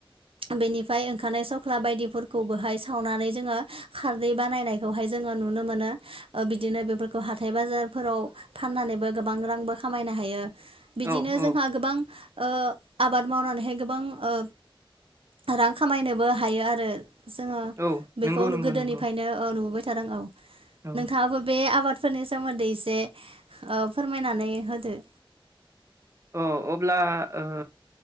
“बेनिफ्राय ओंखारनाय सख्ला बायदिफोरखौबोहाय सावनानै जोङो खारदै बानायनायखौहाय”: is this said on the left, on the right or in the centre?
Right